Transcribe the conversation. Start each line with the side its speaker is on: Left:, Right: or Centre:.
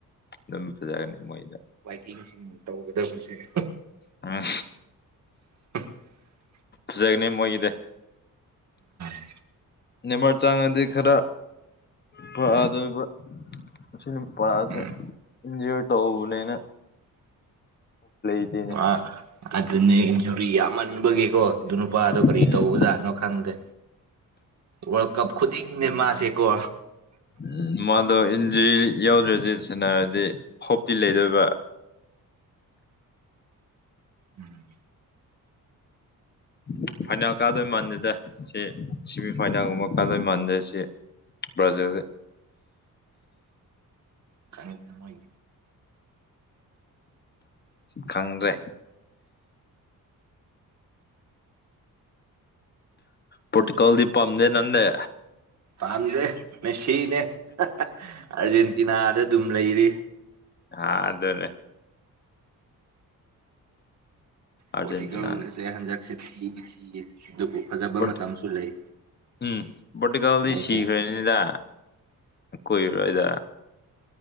Left: ꯑꯗꯨꯝ ꯐꯖꯒꯅꯤ ꯃꯣꯏꯗ
Right: ꯏꯦꯡꯁꯤꯡ ꯇꯧꯒꯗꯕꯁꯦ
Left: ꯑ
Right: <inaudible>
Left: ꯐꯖꯦꯛꯅꯤ ꯑꯣꯏꯒꯤꯗꯦ
Right: ꯑ
Left: ꯅꯤꯃꯠ ꯆꯥꯡꯉꯗꯤ ꯈꯔ ꯐꯗꯣꯏꯕ ꯑꯁꯤꯅ ꯄꯥꯁꯦ
Right: ꯎꯝ
Left: ꯏꯟꯖꯣꯏ ꯇꯧꯕꯅꯦꯅ ꯅꯦ
Right: ꯃꯥ ꯑꯗꯨꯅꯦ ꯏꯟꯖꯨꯔꯤ ꯌꯥꯝꯃꯟꯕꯒꯤꯀꯣ ꯑꯗꯨ ꯅꯨꯄꯥꯗꯣ ꯀꯔꯤ
Left: ꯎꯝ
Right: ꯇꯧꯕ ꯖꯥꯠꯅꯣ ꯈꯪꯗꯦ ꯋꯥꯔꯜ ꯀꯄ ꯈꯨꯨꯗꯤ ꯃꯥꯁꯦ ꯀ
Left: ꯎꯝ ꯃꯥꯗꯣ ꯏꯟꯖꯔꯤ ꯌꯥꯎꯗ꯭ꯔꯗꯤ ꯁꯟꯅꯔꯗꯤ ꯍꯣꯞꯇꯤ ꯂꯩꯗꯣꯏꯕ <inaudible>
Right: ꯎꯝ
Left: ꯎꯝ ꯐꯥꯏꯅꯥꯜ ꯀꯥꯗꯣꯏ ꯃꯥꯟꯗꯦꯗꯦ ꯁꯤ ꯁꯦꯃꯤ ꯐꯥꯏꯅꯥꯜꯒꯨꯝꯕ ꯀꯥꯗꯣꯏ ꯃꯥꯟꯗꯦ ꯁꯤ ꯕ꯭ꯔꯥꯖꯤꯜ
Right: ꯀꯣꯏꯦ
Left: ꯈꯪꯗ꯭ꯔꯦ ꯄꯣꯇꯀꯜꯗꯤ ꯄꯥꯝꯗ ꯅꯦ
Right: ꯃꯝꯗꯦ ꯃꯦꯅꯦ ꯑꯥꯔꯖꯦꯟꯇꯤꯅꯥꯗ ꯑꯗꯨꯝ ꯂꯩꯔꯤ
Left: ꯑ ꯑꯗꯨ ꯑꯗꯨꯅꯦ ꯑꯥꯔꯖꯦꯟꯇꯤꯅꯥꯅꯦ
Right: ꯄꯣꯔꯇꯤꯒꯜꯁꯦ ꯍꯟꯗꯛꯁꯦ ꯊꯤꯗꯤ ꯊꯤꯌꯦ ꯑꯗꯨꯕꯨ ꯐꯖꯕ
Left: ꯄꯣꯔꯇꯨ
Right: ꯃꯇꯝꯁꯨ ꯂꯩ
Left: ꯎꯝ ꯄꯣꯇꯤꯀꯥꯜꯗꯤ
Right: ꯃꯣꯏꯁꯦ
Left: ꯁꯤꯈ꯭ꯔꯦꯅꯤꯗ ꯀꯨꯏꯔꯣꯏꯗ